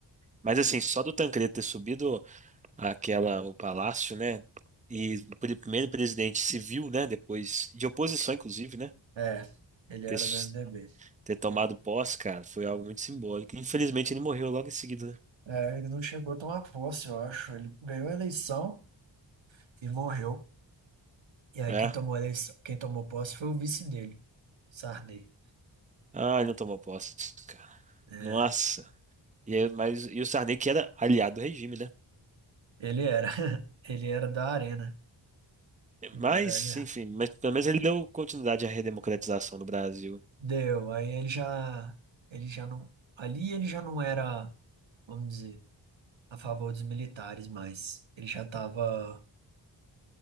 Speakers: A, on the right (about 15°); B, on the right (about 80°).
A: Mas assim, só do Tancredo ter subido aquela, o palácio, né? E o pri- primeiro presidente civil, né? Depois, de oposição, inclusive, né?
B: É, ele
A: Ter,
B: era
A: s-
B: do MDB.
A: ter tomado posse, cara, foi algo muito simbólico. Infelizmente, ele morreu logo em seguida, né?
B: É, ele não chegou a tomar posse, eu acho. Ele ganhou a eleição e morreu. E aí
A: É.
B: quem tomou a eleição, quem tomou posse foi o vice dele, Sarney.
A: Ah, ele não tomou posse, cara.
B: É,
A: Nossa. E, aí- mas, e o Sarney, que era aliado do regime, né?
B: ele era, <laughs> ele era da Arena. Ele
A: Mas,
B: era ali.
A: enfim, mas pelo menos ele deu continuidade à redemocratização do Brasil.
B: Deu. Aí ele já, ele já não, ali ele já não era, vamos dizer, a favor dos militares, mas ele já estava